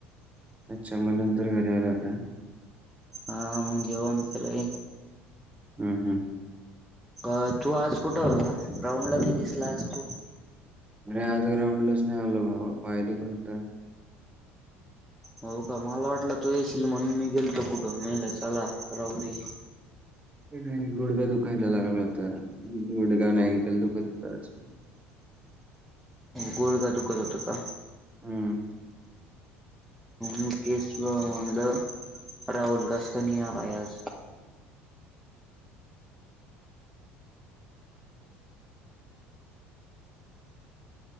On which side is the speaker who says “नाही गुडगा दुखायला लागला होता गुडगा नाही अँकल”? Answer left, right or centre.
Right